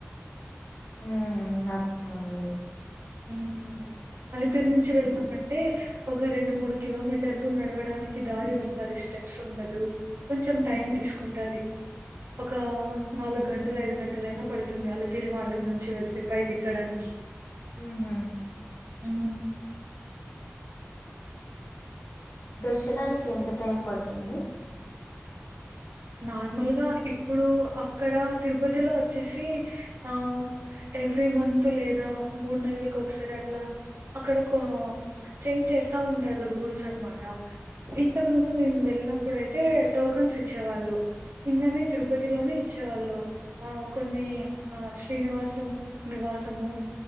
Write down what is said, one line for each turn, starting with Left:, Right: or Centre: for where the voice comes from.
Left: హు అర్థమైంది
Right: ఉ అలిపిరి నుంచి వెళ్ళామంటే ఒక రెండు మూడు కిలోమీటర్లు నడవడానికి దారి వస్తది స్టెప్స్ ఉండదు కొంచెం టైం తీసుకుంటది ఒక నాలుగు గంటలు ఐదు గంటలయినా పడుతుంది అలిపిరి మార్గం నుంచి వెళితే పైకి ఎక్కడానికి
Left: మ్ హు
Right: ఉ
Left: దర్శనానికి ఎంత టైం పడుతుంది
Right: నార్మల్గా ఇప్పుడు అక్కడ తిరుపతిలో వచ్చేసి అ ఉ ఎ త్రీ మంత్ లేదా మూడు నెలలకి ఒకసారి అట్లా అక్కడక చేంజ్ చేస్తా ఉంటారు రూల్స్ అనమాట ఇంతకు ముందు మేము వెళ్ళినప్పుడుయితే టోకన్స్ ఇచ్చ ఇచ్చేవాళ్ళు కిందనే తిరుపతిలోనే ఇచ్చేవాళ్ళు ఆ కొన్ని ఆ శ్రీనివాసం నివాసము